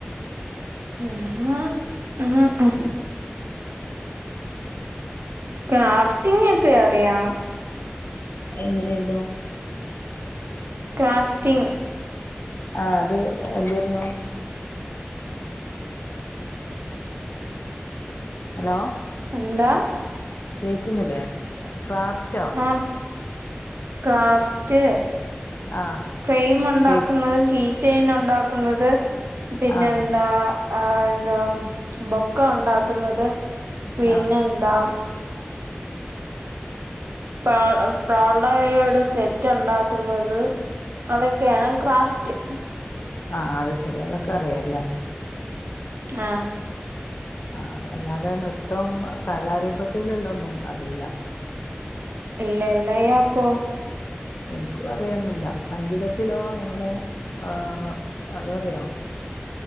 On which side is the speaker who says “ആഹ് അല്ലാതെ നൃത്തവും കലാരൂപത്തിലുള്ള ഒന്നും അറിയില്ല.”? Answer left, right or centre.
Left